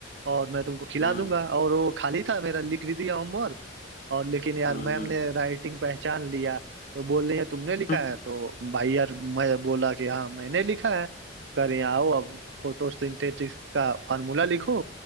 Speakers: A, on the right; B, on the left.
A: और मैं तुमको खिला
B: हम्म
A: दूंगा और वो खाली था मेरा लिख भी दिया होमवर्क और लेकिन यार
B: हम्म
A: मैम ने राइटिंग पहचान लिया तो बोल रही है तुमने लिखा
B: हम्म
A: है तो भाई यार मैं बोला कि हाँ मैंने लिखा है कर यहाँ आओ अब फोटोसिंथेसिस का फार्मूला लिखो